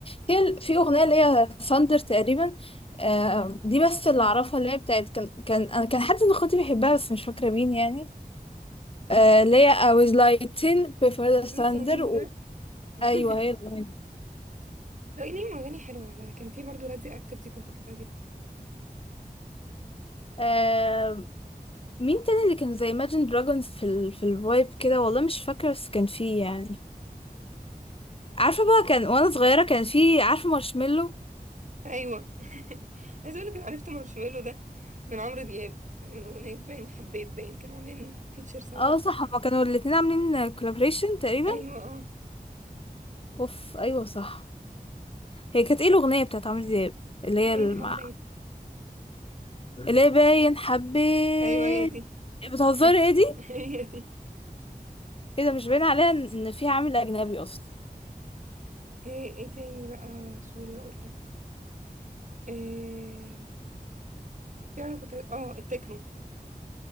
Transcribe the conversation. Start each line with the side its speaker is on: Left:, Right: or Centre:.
Left: في في أغنية اللي هي ثاندر تقريبا آه، دي بس اللي أعرفها اللي هي بتاعت كان كان أنا كان حد من اخواتي بيحبها بس مش فاكرة مين يعني آه، اللي هي I was lighting before the
Right: The
Left: thunder
Right: Thunder
Left: و...
Right: <laughs>
Left: أيوه هي الأغنية دي
Right: لا ليهم اغاني حلوه والله كان في برضو راديو اكتف دي كنت بحبها جدا
Left: آه، مين تاني اللي كان زي Imagine Dragons في ال... في الفايب كده والله مش فاكرة بس كان فيه يعني عارفة بقى كان وأنا صغيرة كان فيه عارفة مارشميلو
Right: ايوه <laughs> عايز اقول لك انا عرفت مارشميلو ده من عمرو دياب من اغنيه باين حبيت باين كانوا عاملين فيتشر سوا
Left: اه صح هما كانوا الاتنين عاملين كولابريشن تقريبا
Right: ايوه اه
Left: اوف ايوه صح هي كانت ايه الاغنيه بتاعت عمرو دياب اللي هي
Right: باين
Left: المع...
Right: حبيت
Left: اللي هي باين حبيت
Right: ايوه هي دي
Left: بتهزري
Right: <laughs>
Left: ايه دي
Right: هي دي
Left: ايه ده مش باين عليها ان إن فيها عامل اجنبي اصلا
Right: ايه ايه تاني بقى سوري اقول لك إيه يعني كنت اه التكنو